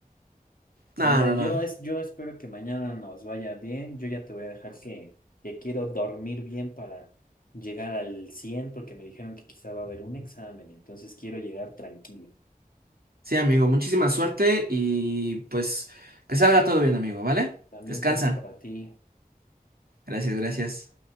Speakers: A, on the right; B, on the left.
A: no,
B: Mira,
A: no,
B: yo,
A: no.
B: es, yo espero que mañana nos vaya bien. Yo ya te voy a dejar que, que quiero dormir bien para llegar al 100, porque me dijeron que quizá va a haber un examen, entonces quiero llegar tranquilo.
A: Sí, amigo, muchísima suerte y pues que salga todo bien, amigo, ¿vale?
B: También
A: Descansa.
B: suerte para ti.
A: Gracias, gracias.